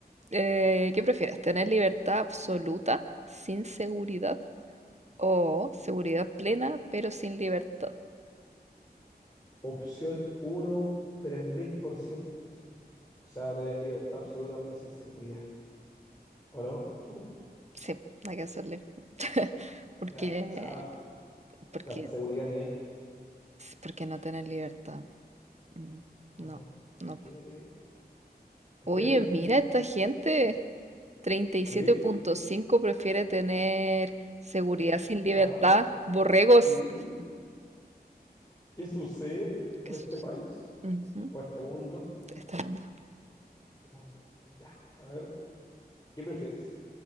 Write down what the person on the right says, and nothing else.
Eh, ¿qué prefieres? ¿Tener libertad absoluta sin seguridad o seguridad plena pero sin libertad?
Sí, hay que hacerle. <laughs> Porque,
porque,
porque no tener libertad. Mm,
No,
no.
Oye, mira esta gente. Treinta y
siete punto cinco prefiere tener seguridad sin libertad.
Borregos.
Qué
sucio.
Ujú,
de este mundo.